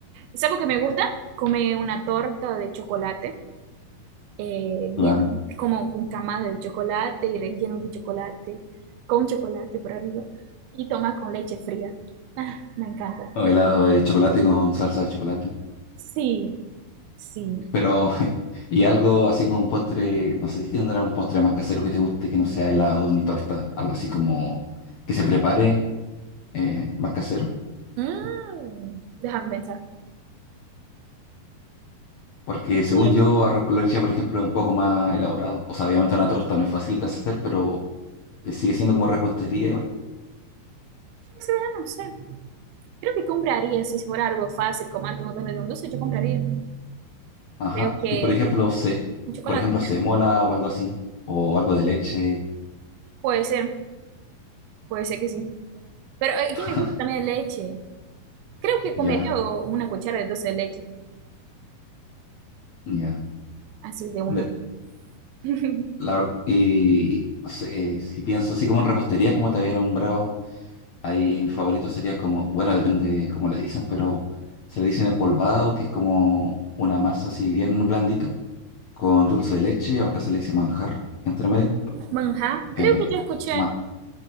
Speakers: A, on the right; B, on the left.
A: ¿sabes lo que me gusta? Comer una torta de chocolate, eh, bien
B: claro.
A: como con camas de chocolate y relleno de chocolate, con chocolate por arriba, y tomar con leche fría. Ah, me encanta.
B: O helado de chocolate con salsa de chocolate.
A: Sí, sí.
B: Pero, <laughs> y algo así como un postre, no sé si tendrá un postre más casero que te guste, que no sea helado ni torta, algo así como que se prepare eh, más casero.
A: Mm, déjame pensar.
B: Porque según
A: Sí.
B: yo, arroz con leche, por ejemplo, es un poco más elaborado. O sea, obviamente una torta no es fácil de hacer, pero eh, sigue siendo como repostería igual.
A: Pero esa verdad no sé. Creo que compraría, si fuera algo fácil, como antes no tener un dulce, yo compraría.
B: Ajá.
A: Creo que
B: Y por ejemplo, se,
A: un chocolate.
B: por ejemplo, se mola o algo así. O algo de leche.
A: Puede ser, puede ser que sí. Pero eh, aquí
B: <laughs>
A: me gusta también leche. Creo que
B: Ya,
A: comería o- una cuchara de dulce de leche,
B: ya.
A: así de una.
B: De-
A: <laughs>
B: La verdad, y no sé, eh, si pienso así como en repostería, como te había nombrado, ahí mi favorito sería como, bueno, depende cómo le dicen, pero se le dicen empolvado, que es como una masa así bien blandita, con dulce de leche, o acá se le dice manjar, entre medio.
A: Manjar,
B: Eh,
A: creo que yo escuché.
B: ma-